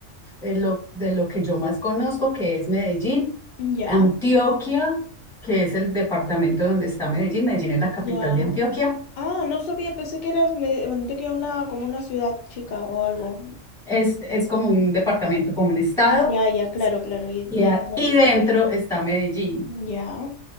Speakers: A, in the centre; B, on the left.
A: de lo, de lo que yo más conozco, que es Medellín,
B: ya,
A: Antioquia, que es el departamento donde está Medellín, Medellín es la capital
B: ya.
A: de Antioquia,
B: Ah, no sabía, pensé que eras, me mandé que una, como una ciudad chica o algo.
A: es, es como un departamento, como un estado,
B: Ya, ya, claro, claro, y me
A: y, a-
B: dejé arbitrar.
A: y dentro está Medellín.
B: Ya,